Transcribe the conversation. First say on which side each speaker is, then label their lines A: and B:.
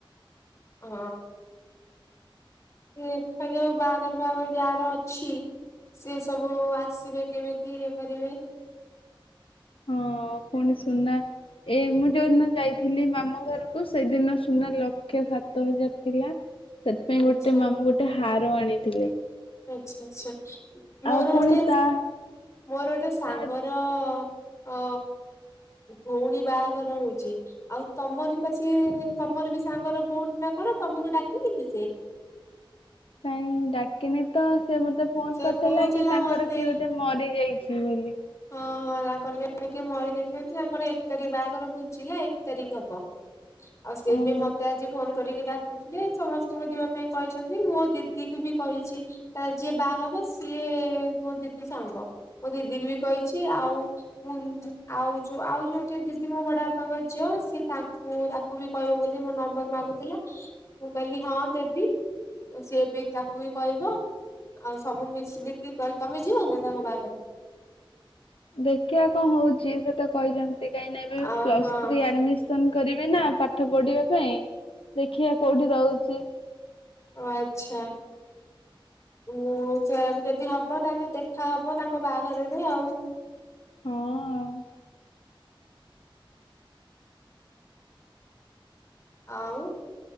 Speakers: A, on the left; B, on the left.
A: ହଁ ଦେଖା ଯାଉ ବାହାଘର ଫାହାଘର ଯାର ଅଛି। ସିଏ ସବୁ ଆସିବେ କେମିତି ଇଏ କରିବେ।
B: ହଁ ପୁଣି ସୁନା ଏ ମୁଁ ଯୋଉଦିନ ଯାଇଥିଲି ମାମୁ ଘରକୁ ସେଇଦିନ ସୁନା ଲକ୍ଷେ ସାତ ହଜାର ଥିଲା ସେଥିପାଇଁ
A: ଆଚ୍ଛା
B: ଗୋଟେ ମାମୁଁ ଗୋଟେ ହାର ଆଣିଥିଲେ।
A: ଆଚ୍ଛା ଆଚ୍ଛା ମୋର
B: ଆଉ ପୁଣି
A: ଗୋଟେ
B: ତା
A: ମୋର ଗୋଟେ ସାଙ୍ଗର
B: ତା
A: ଅ ଭଉଣୀ ବାହାଘର ହଉଛି ଆଉ ତମର ବା ସିଏ ତମର ବି ସାଙ୍ଗର ଭଉଣୀ ନା କଣ ତମକୁ ଡାକିନି କି ସେ?
B: କାଇଁ ଡାକିନି ତ ସେ ମତେ ଫୋନ
A: ସେ
B: କରିଥିଲା
A: କହୁଥିଲା
B: କି ତାଙ୍କର
A: ମତେ
B: କିଏ ଗୋଟେ ମରି ଯାଇଛି ବୋଲି।
A: ହଁ ହଁ ତାଙ୍କର ଜଣେ କିଏ ମରିଯାଇଛନ୍ତି ତାଙ୍କର ଏକ ତାରିଖ ବାହାଘର ପୁଞ୍ଚିଲା ଏକ ତାରିଖ ହବ। ଆଉ ସେ
B: ଓହୋ।
A: ବି ମତେ ଆଜି ଫୋନ କରିକି ଡାକୁଥିଲେ ସମସ୍ତଙ୍କୁ ଯିବା ପାଇଁ କହିଛନ୍ତି ମୋ ଦିଦିକୁ ବି କହିଛି ତା ଯିଏ ବାହା ହବ ସିଏ ମୋ ଦିଦି ସାଙ୍ଗ ମୋ ଦିଦିକୁ ବି କହିଛି ଆଉ ମୁଁ ଆଉ ଯୋଉ ଆଉ ଯୋଉଟେ ଦିଦି ମୋ ବଡ ବାପାଙ୍କ ଝିଅ ସିଏ ତାଙ୍କୁ ବି କହିବ ବୋଲି ମୋ ନମ୍ବର ମାଗୁଥିଲା ମୁଁ କହିଲି ହଁ ଦେବି। ସିଏ ବି ତାକୁ ବି କହିବ। ଆଉ ସବୁ ମିଶିଲିକି କହିଲି ତମେ ଯିବ ନା ତାଙ୍କ ବାହାଘରକୁ।
B: ଦେଖିବା କଣ ହୋଉଛି ସେ ତ କହିଛନ୍ତି କାହିଁକି ନା ଏବେ
A: ଆଉ
B: ପ୍ଲସ୍
A: ହଁ
B: ଥ୍ରୀ ଆଡ଼ମିଶନ ଶନ୍ କରିବିନା ପାଠ ପଢିବା ପାଇଁ ଦେଖିବା କୋଉଠି ରହୁଛି।
A: ଓ ଆଚ୍ଛା। ଉଁ ସେ ଯଦି ହବ ତାହେଲେ ଦେଖା ହବ ତାଙ୍କ ବାହାଘରରେ ଆଉ।
B: ହଁ ଆଉ।
A: ଆଉ